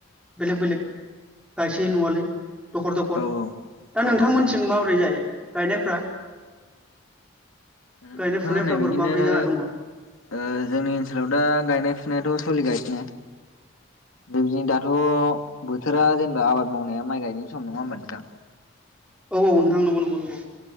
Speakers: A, in the centre; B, on the left.
A: बेलेक बेलेक गायसै नङालै दखर दखर
B: औ
A: दा नोंथांमोनथिं
B: औ नंगौ
A: माबोरै जायो गायनायफ्रा
B: नोंथां
A: गायनाय फुनायफ्रा
B: होननाय बायदिनो
A: बोर माबोरै जाना दङ
B: ओ जोंनि ओनसोलाव दा गायनाय फुनायाथ' सोलिगासिनो बेबायदिनो दाथ' बोथोरा जेनेबा आबाद मावनाया माइ गायनाय सम नङा होमबा नोंथां
A: औ औ नोंथां नंगौ नंगौ नंगौ